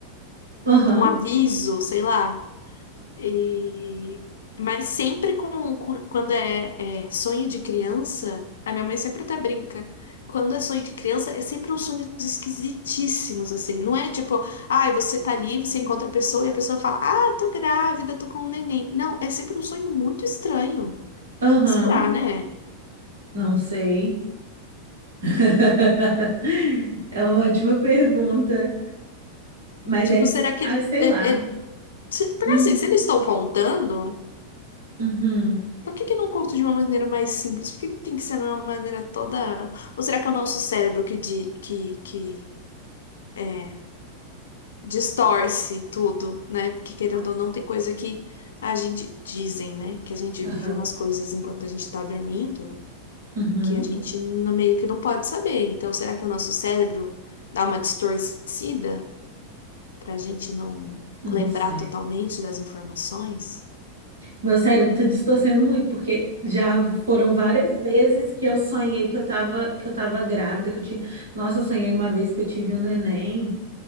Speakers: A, on the right; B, on the left.
A: Aham.
B: um aviso, sei lá. E... Mas sempre com, com- quando é, é sonho de criança, a minha mãe sempre até brinca. Quando é sonho de criança, é sempre uns sonhos esquisitíssimos, assim. Não é tipo, ai, você tá ali, você encontra a pessoa e a pessoa fala, ah, tô grávida, tô com um neném. Não, é sempre um sonho muito estranho.
A: Aham.
B: Será, né?
A: Não sei. <laughs> É uma ótima pergunta. Mas
B: Tipo,
A: é, est-
B: será que.
A: ah, sei
B: É,
A: lá.
B: é- se- Porque
A: Hum.
B: assim, se eles estão contando,
A: Uhum.
B: por que que não conto de uma maneira mais simples? Por que que tem que ser de uma maneira toda. Ou será que é o nosso cérebro que, di- que, que É, distorce tudo, né? Porque querendo
A: Não sei.
B: ou não, tem coisa que a gente dizem, né? Que a gente
A: Aham.
B: vive umas coisas enquanto a gente tá dormindo
A: Uhum.
B: que a gente no- meio que não pode saber. Então, será que o nosso cérebro dá uma distorcida pra gente não
A: Não
B: lembrar
A: sei.
B: totalmente das informações?
A: Meu cérebro tá distorcendo muito, porque já foram várias vezes que eu sonhei que eu tava, que eu tava grávida, que eu tinha... Nossa, eu sonhei uma vez que eu tive um neném.